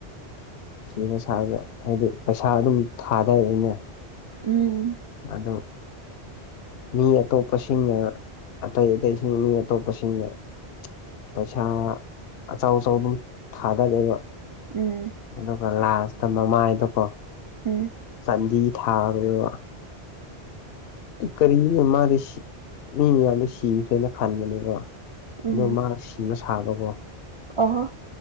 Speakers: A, on the left (about 65°); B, on the right (about 45°).
A: ꯁꯤ ꯁꯥꯥꯗ ꯍꯥꯏꯗꯤ ꯄꯩꯁꯥ ꯗꯨꯕꯨꯗꯤ ꯊꯥꯗꯩꯅꯦ
B: ꯎꯝ
A: ꯑꯗꯣ ꯃꯤ ꯑꯇꯣꯞꯄꯁꯤꯡꯅ ꯑꯇꯩ ꯑꯇꯩꯁꯤꯡ ꯃꯤ ꯑꯇꯣꯞꯄꯁꯤꯡꯅ ꯄꯩꯁꯥ ꯑꯆꯧ ꯑꯆꯧ ꯑꯗꯨꯝ ꯊꯥꯗꯒꯦꯕ
B: ꯎꯝ
A: ꯑꯗꯨꯒ ꯂꯥꯁꯇ ꯃꯃꯥꯏꯗꯨꯀꯣ
B: ꯎꯝ
A: ꯆꯥꯟꯗꯤ ꯊꯥꯔ ꯏ ꯀꯔꯤꯅꯣ ꯃꯥꯒꯤꯁꯤ ꯃꯤ ꯃꯌꯥꯝꯅ ꯁꯤꯈ꯭ꯔꯦꯅ ꯈꯟꯕꯅꯦꯀꯣ ꯑꯗꯣ
B: ꯎꯝ
A: ꯃꯥ ꯁꯤꯕ ꯁꯥꯕꯀꯣ
B: ꯑꯣꯍꯣ